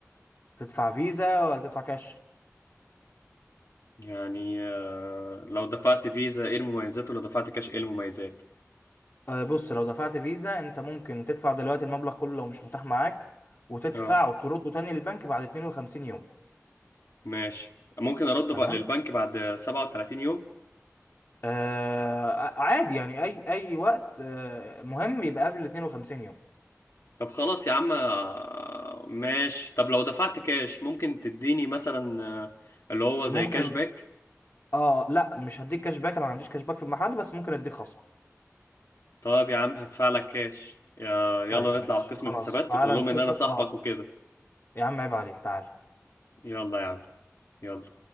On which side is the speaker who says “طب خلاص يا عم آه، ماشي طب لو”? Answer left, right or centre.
Left